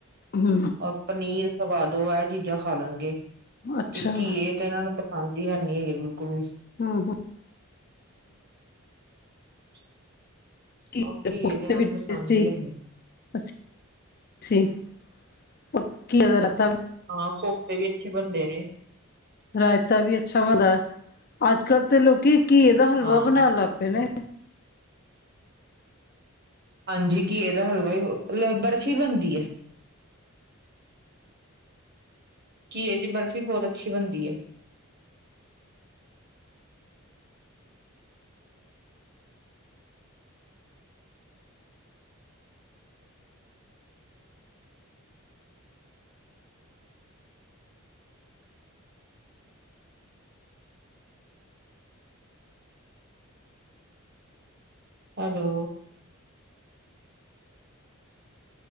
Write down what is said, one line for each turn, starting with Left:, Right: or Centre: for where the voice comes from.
Left: ਹੂ
Right: ਔਰ ਪਨੀਰ ਖਵਾ ਦੋ, ਇਹ ਚੀਜ਼ਾਂ ਖਾ ਲੈਣਗੇ,
Left: ਅੱਛਾ
Right: ਇੱਕ ਘੀਏ- ਇੱਕ ਤੇ ਇਹਨਾਂ ਨੂੰ ਪਸੰਦ ਹੀ ਹੈਨੀ ਬਿਲਕੁਲ ਵੀ।
Left: ਹੂੰ, ਹੂੰ
Right: <inaudible>
Left: ਇੱਕ
Right: ਉਹ
Left: ਤੇ
Right: ਘੀਏ
Left: ਕੋਫ਼ਤੇ
Right: ਇਹਨਾਂ
Left: ਵੀ
Right: ਨੂੰ
Left: ਟੇਸਟੀ।
Right: ਪਸੰਦ ਹੀ ਹੈਨੀ
Left: ਅੱ ਪੱਕੀ ਉਹਦਾ <unintelligible>
Right: ਹਾਂ, ਕੋਫਤੇ ਵੀ ਅੱਛੇ ਬਣਦੇ ਨੇ।
Left: ਰਾਇਤਾ ਵੀ ਅੱਛਾ ਭਲਾ ਏ, ਅੱਜ ਕੱਲ 'ਤੇ ਲੋਕੀ ਘੀਏ ਦਾ ਹਲਵਾ
Right: ਹਾਂ
Left: ਬਣਾਉਣ ਲੱਗ ਪਏ ਨੇ।
Right: ਹਾਂਜੀ, ਘੀਏ ਦਾ ਹਲਵਾ ਵੀ, ਬਰਫ਼ ਬਣਦੀ ਏ। ਘੀਏ ਦੀ ਬਰਫ਼ੀ ਬਹੁਤ ਅੱਛੀ ਬਣਦੀ ਏ। Hello.